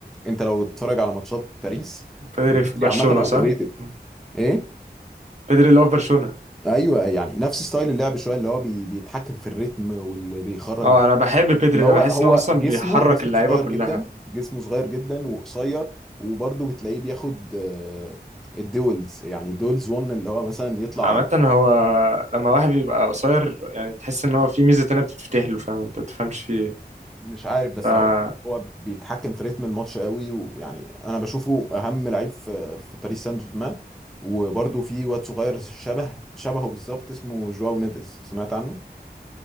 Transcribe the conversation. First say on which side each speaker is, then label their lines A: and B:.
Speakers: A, in the centre; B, on the right (about 40°).
A: انت لو تتفرج على ماتشات باريس
B: بيدري
A: وبيدري
B: في برشلونه
A: عامه اندر
B: صح؟
A: ريتد
B: مم.
A: ايه
B: بيدري اللي هو في برشلونه
A: ايوه يعني نفس ستايل اللعب شويه اللي هو بي بيتحكم في الريتم واللي بيخرج
B: اه انا بحب بيدري
A: اللي هو
B: ده بحس
A: هو
B: ان هو اصلا
A: جسمه
B: بيحرك
A: جسمه
B: اللعيبه
A: صغير
B: كلها
A: جدا جسمه صغير جدا وقصير وبرضه بتلاقيه بياخد آه، الدولز يعني دولز 1 اللي هو مثلا يطلع
B: عامه
A: على طول
B: هو لما واحد بيبقى قصير يعني تحس ان هو في ميزه تانية بتتفتح له فاهم انت ما تفهمش فيه ايه
A: مش عارف بس
B: ف
A: هو هو بيتحكم في رتم الماتش قوي ويعني انا بشوفه اهم لعيب في في باريس سان جيرمان وبرضه في واد صغير شبه شبهه بالظبط اسمه جواو نيفيز سمعت عنه؟